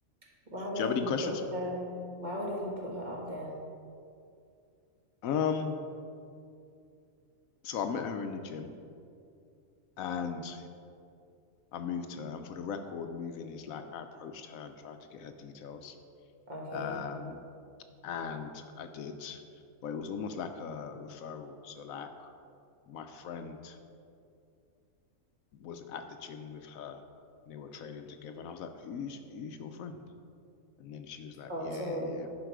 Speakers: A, on the right (about 30°); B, on the left (about 75°).
A: Why wouldn't
B: have any
A: you
B: questions
A: put her, why wouldn't you put her up there?
B: um so I met her in the gym and I moved her and for the record moving is like I approached her and tried to get her details
A: Okay.
B: um, and I did, but it was almost like a referral. So like my friend was at the gym with her, and they were training together, and I was like, "Who's who's your friend?" And then she was like,
A: Oh,
B: "Yeah,
A: so
B: yeah, yeah."